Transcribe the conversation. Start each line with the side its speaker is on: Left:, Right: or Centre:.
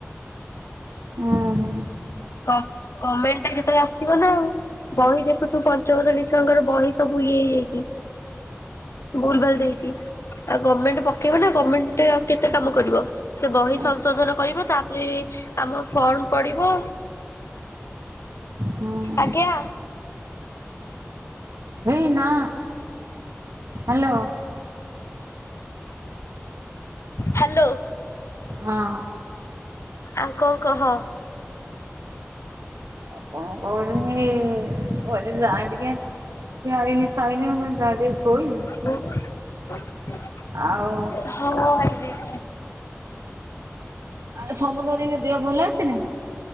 Right: ଉଁ ହୁଁ
Left: ଗ ଗମେଣ୍ଟଟା ଯେତେବେଳେ ଆସିବ ନା ଆଉ। ବହି ଦେଖୁଛୁ ପଞ୍ଚମ ଶ୍ରେଣୀ ଛୁଆଙ୍କର ବହି ସବୁ ଇଏ ହେଇଯାଇଛି। ଭୁଲ ଭାଲ ଦେଇଛି ଆଉ ଗମେଣ୍ଟ ପକେଇବନା ଗମେଣ୍ଟ ଆଉ କେତେ କାମ କରିବ। ସେ ବହି
Right: ଓହୋ
Left: ସଂଶୋଧନ କରିବ ତାପରେ ଆମ ଫର୍ମ ପଡିବ।
Right: ହୁଁ
Left: ଆଜ୍ଞା
Right: ହେଇ ନା ହ୍ୟାଲୋ
Left: ହ୍ୟାଲୋ
Right: ହଁ
Left: ଆଉ କଣ କହ?
Right: ଆଉ କଁ କହିମି ମୁଁ କହିନି ଯାଏ ଟିକେ ଖିଆ ହେଇନି ଶାଇନି ମୁଁ କହିନି ଯାଏ ଟିକେ ଶୋଇମି।
Left: ଉଁ ଏ ହଁ
Right: ଆଉ
Left: ବି
Right: ଆ ସମୁଦୁଣୀଙ୍କ ଦେହ ଭଲ ଅଛି ନା?